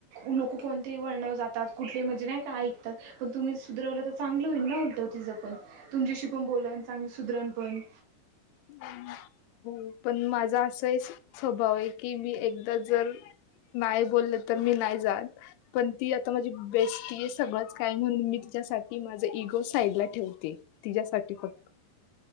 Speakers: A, on the right; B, on the left.
A: लोक कोणतेही वळण जातात कुठलेही म्हणजे नाही काय ऐकतात तुम्ही सुधरवलं तर चांगलं होईल ना तिचा पण तुमच्याशी उलट पण बोला चांगली सुधरण पण
B: हम् हो पण माझा असाही स्वभाव आहे की मी एकदा जर नाही बोलल तर मी नाही जात पण ती आता माझी बेस्टी आहे सगळंच काय म्हणून मी साठी माझ इगो साइड ला ठेवते तिच्यासाठी फक्त